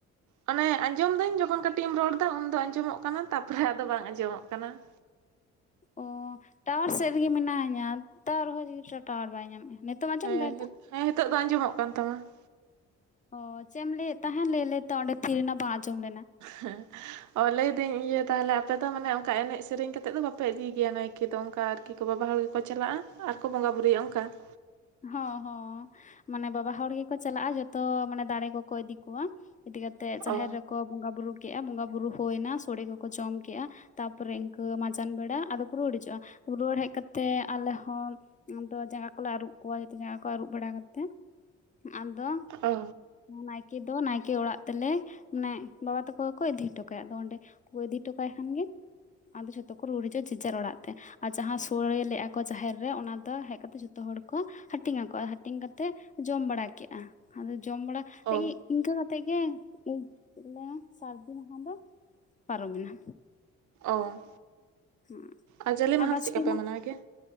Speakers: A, on the right (about 75°); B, on the left (about 25°).
A: ᱢᱟᱱᱮ ᱟᱸᱡᱚᱢ ᱫᱟᱹᱧ ᱡᱚᱠᱷᱚᱱ ᱠᱟᱹᱴᱤᱡ ᱮᱢ ᱨᱚᱲ ᱫᱟ ᱾ ᱩᱱᱫᱚ ᱟᱸᱡᱚᱢᱚᱜ ᱠᱟᱱᱟ ᱛᱟᱯᱚᱨᱮ ᱟᱫᱚ ᱵᱟᱝ ᱟᱸᱡᱚᱢᱚᱜ ᱠᱟᱱᱟ ᱾
B: ᱚᱸ ᱴᱟᱣᱟᱨ ᱥᱮᱜ ᱨᱮᱜᱮ ᱢᱮᱱᱟᱧᱟ ᱛᱟᱣ ᱨᱮᱦᱚᱸ ᱪᱮᱠᱟᱛᱮ ᱴᱟᱣᱟᱨ ᱵᱟᱭ ᱧᱟᱢᱮᱜ-ᱟ, ᱱᱤᱛᱚᱜ ᱮᱢ‌ ᱟᱧᱡᱚᱢ
A: ᱦᱮᱸ
B: ‌ᱫᱟ ᱱᱤᱛᱚᱜ?
A: ᱦᱮᱸ ᱱᱤᱛᱚᱜ ᱫᱚ ᱟᱸᱡᱚᱢᱚᱜ ᱠᱟᱱ ᱛᱟᱢᱟ ᱾
B: ᱚᱸ ᱪᱮᱜ ᱮᱢ ᱞᱟᱹᱭᱮᱜ ᱛᱟᱦᱮᱸᱱ ᱞᱟᱹᱭ ᱞᱟᱹᱭ ᱛᱚ ᱚᱸᱰᱮ ᱛᱷᱤᱨᱱᱮᱟ ᱵᱟᱝ ᱟᱸᱡᱚᱢ ᱞᱮᱱᱟ ᱾
A: ᱦᱮᱸ ᱚ ᱞᱟᱹᱭ ᱫᱟᱹᱧ ᱤᱭᱟᱹ ᱛᱟᱦᱚᱞᱮ ᱟᱯᱮ ᱫᱚ ᱢᱟᱱᱮ ᱚᱱᱠᱟ ᱮᱱᱮᱡ ᱥᱮᱨᱮᱧ ᱠᱟᱛᱮᱜ ᱫᱚ ᱵᱟᱯᱮ ᱤᱫᱤᱭ ᱜᱮᱭᱟ ᱱᱟᱭ ᱠᱮ ᱫᱚ ᱚᱱᱠᱟ ᱟᱨᱠᱤ ᱠᱚ ᱵᱟᱵᱟ ᱦᱚᱲ ᱜᱮᱠᱚ ᱪᱟᱞᱟᱜᱼᱟ ᱟᱨᱠᱚ ᱵᱚᱸᱜᱟ ᱵᱩᱨᱩᱭᱟ ᱚᱱᱠᱟ ᱾
B: ᱦᱚᱸ ᱦᱚᱸ᱾ ᱢᱟᱱᱮ ᱵᱟᱵᱟ ᱦᱚᱲ ᱜᱮᱠᱚ ᱪᱟᱞᱟᱜᱼᱟ ᱡᱚᱛᱚ ᱢᱟᱱᱮ ᱫᱟᱬᱮ ᱠᱚᱠᱚ ᱤᱫᱤ ᱠᱚᱣᱟ ᱤᱫᱤ ᱠᱟᱛᱮᱜ ᱡᱟᱦᱮᱨ
A: ᱚ
B: ᱨᱮ ᱠᱚ ᱵᱚᱸᱜᱟ ᱵᱩᱨᱩ ᱠᱮᱜᱼᱟ ᱵᱚᱸᱜᱟ ᱵᱩᱨᱩ ᱦᱳᱭᱱᱟ ᱥᱚᱲᱮ ᱠᱚᱠᱚ ᱡᱚᱢ ᱠᱮᱜᱼᱟ ᱛᱟᱨᱯᱚᱨᱮ ᱤᱱᱠᱟᱹ ᱢᱟᱸᱡᱟᱱ ᱵᱮᱲᱟ ᱟᱫᱚ ᱠᱚ ᱨᱩᱣᱟᱹᱲ ᱦᱤᱡᱩᱜᱼᱟ ᱨᱩᱣᱟᱹᱲ ᱦᱮᱡ ᱠᱟᱛᱮᱜ ᱟᱞᱮ ᱦᱚᱸ ᱟᱫᱚ ᱡᱟᱸᱜᱟ ᱠᱚᱞᱮ ᱟᱨᱩᱵ ᱠᱚᱣᱟ ᱡᱚᱛᱚ ᱡᱟᱸᱜᱟ ᱠᱚ ᱟᱨᱩᱵ ᱵᱟᱲᱟ ᱠᱟᱛᱮᱜ ᱟᱫᱚ
A: ᱚ
B: ᱱᱟᱭᱠᱮ ᱫᱚ ᱱᱟᱭᱠᱮ ᱚᱲᱟᱜ ᱛᱮᱞᱮ ᱢᱟᱱᱮ ᱵᱟᱵᱟ ᱛᱟᱠᱚ ᱜᱮ ᱠᱚ ᱤᱫᱤ ᱦᱚᱴᱚ ᱠᱟᱭᱟ ᱟᱫᱚ ᱚᱸᱰᱮ ᱠᱚ ᱤᱫᱤ ᱦᱚᱴᱚ ᱠᱟᱭ ᱠᱷᱟᱱ ᱜᱮ ᱟᱫᱚ ᱡᱷᱚᱛᱚ ᱠᱚ ᱨᱩᱣᱟᱹᱲ ᱦᱤᱡᱩᱜᱼᱟ ᱡᱮᱡᱟᱨ ᱚᱲᱟᱜ ᱛᱮ ᱾ ᱟᱨ ᱡᱟᱦᱟᱸ ᱥᱳᱲᱮ ᱞᱮᱜᱼᱟ ᱠᱚ ᱡᱟᱦᱮᱨ ᱨᱮ ᱚᱱᱟ ᱫᱚ ᱦᱮᱡ ᱠᱟᱛᱮ ᱡᱚᱛᱚ ᱦᱚᱲ ᱠᱚ ᱦᱟᱹᱴᱤᱧ ᱟᱠᱚᱣᱟ ᱦᱟᱹᱴᱤᱧ ᱠᱟᱛᱮᱜ ᱡᱚᱢ ᱵᱟᱲᱟ ᱠᱮᱜᱼᱟ ᱟᱫᱚ ᱡᱚᱢ ᱵᱟᱲᱟ ᱠᱟᱛᱮᱜ
A: ᱚ
B: ᱤ ᱤᱱᱠᱟᱹ ᱠᱟᱛᱮᱜ ᱜᱮ ᱩᱸ ᱪᱮᱜ ᱠᱚ ᱞᱟᱹᱭᱟ ᱥᱟᱨᱫᱤ ᱢᱟᱦᱟᱸ ᱫᱚ ᱯᱟᱨᱚᱢᱮᱱᱟ᱾
A: ᱚᱸᱻ
B: ᱦᱮᱸ
A: ᱟᱨ ᱡᱟᱞᱮ ᱢᱟᱦᱟᱸ
B: ᱵᱟᱥᱠᱮ
A: ᱫᱚ ᱪᱮᱜ ᱠᱟᱯᱮ
B: ᱢᱟᱦᱟ
A: ᱢᱟᱱᱟᱣ ᱜᱮᱭᱟ?